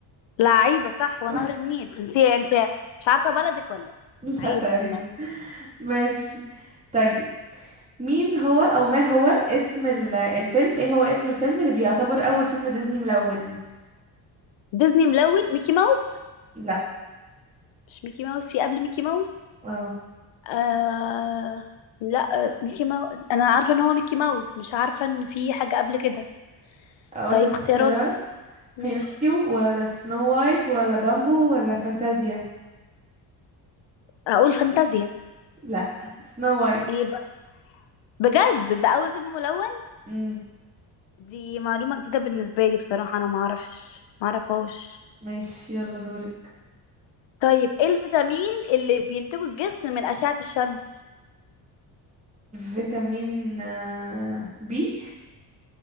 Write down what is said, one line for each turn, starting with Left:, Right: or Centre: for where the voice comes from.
Left: لعيبة صح ونهر
Right: <laughs>
Left: النيل انت انت مش عارفة بلدك ولا
Right: لا
Left: إيه؟ عيب
Right: تقريبا
Left: بقى
Right: ماشي طيب مين هو او ما هو اسم ال- الفيلم ايه هو اسم الفيلم اللي بيعتبر اول فيلم ديزني ملون
Left: ديزني ملون ميكي ماوس
Right: لا
Left: مش ميكي ماوس في قبل ميكي ماوس
Right: اه
Left: آه... لا آه، ميكي ماوس انا عارفه ان هو ميكي ماوس مش عارفه ان في حاجه قبل كده
Right: اقول
Left: طيب
Right: لك
Left: اختيارات
Right: اختيارات
Left: ماشي
Right: بينوكيو ولا سنو وايت ولا دامبو ولا فانتازيا
Left: اقول فانتازيا
Right: لا سنو وايت
Left: ايه بقى بجد ده اول فيلم ملون
Right: امم
Left: دي معلومه جديده بالنسبه لي بصراحه انا ما اعرفش ما اعرفهاش
Right: ماشي يلا دورك
Left: طيب ايه الفيتامين اللي بينتجه الجسم من اشعه الشمس
Right: فيتامين آه، بي